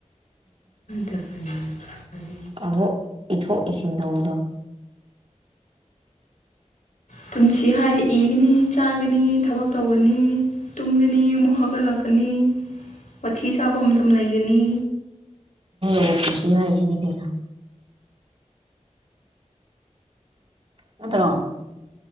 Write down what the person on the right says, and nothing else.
ꯑꯕꯨ ꯏꯠꯊ ꯏꯁꯤꯤꯟ ꯇꯧꯕꯗ
ꯁꯤ ꯄꯨꯁꯤ ꯍꯥꯏꯁꯤꯅꯤ ꯀꯅ ꯅꯠꯇ꯭ꯔꯣ